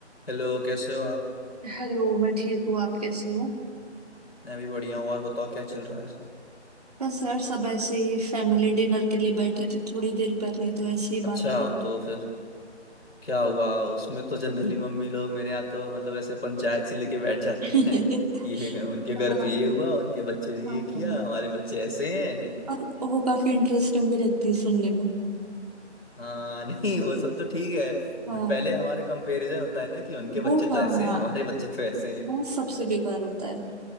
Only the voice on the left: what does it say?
Hello कैसे हो आप
मैं भी बढ़िया हूँ और बताओ क्या चल रहा है सब
अच्छा
तो फिर क्या हुआ उसमें तो जनरली मम्मी लोग मेरे यहाँ तो मतलब ऐसे पंचायत सी लेके बैठ जाती
हैं <laughs> ये उनके घर
पे ये हुआ उनके बच्चे ने
ये किया
हमारे बच्चे ऐसे हैं
हाँ <laughs> नहीं वो सब तो ठीक है
बट पहले हमारे कंपैरिजन होता है ना कि उनके बच्चे
तो
ऐसे हैं हमारे बच्चे तो ऐसे हैं